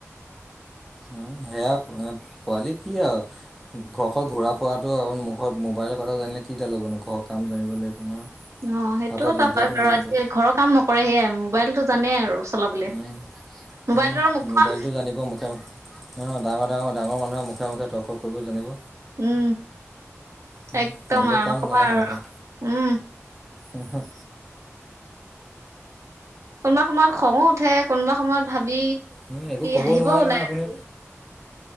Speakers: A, in the centre; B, on the right.
A: উম, সেয়া পোৱালি কি আৰু ঘৰ অকল ঘূৰা ফুৰাটোক ঘৰত মোবাইলৰ কথা জানিলে কিডাল হ'বনো ঘৰৰ কাম জানিব লাগিব নহয়।
B: অ', সেইটো
A: হাতৰ
B: এটা
A: বিদ্যাটো
B: হয় বাৰু,
A: মেইনটো
B: আজিকালি ঘৰৰ কাম নকৰে, সেয়াই মোবাইলটো জানেই আৰু। চলাবলে।
A: উম,
B: মোবাইলটোৰ
A: উম।
B: মুখখন
A: মোবাইলটো জানিব মুখে মো, ডাঙৰ ডাঙৰ। ডাঙৰ মানুহৰ মুখে মুখে তৰ্ক কৰিব জানিব।
B: উম
A: উম,
B: একদম
A: বেলেগ
B: আৰু
A: কাম
B: নকবা
A: নাই
B: আৰু।
A: মুখত
B: উম।
A: উম, হুম।
B: কোনোবা সময়ত খঙো উঠে, কোনোবা সময়ত ভ বি
A: উম, একো ক'ব
B: হাহিব
A: নোৱাৰে
B: ওলাই
A: নহয় আপুনি
B: আৰু।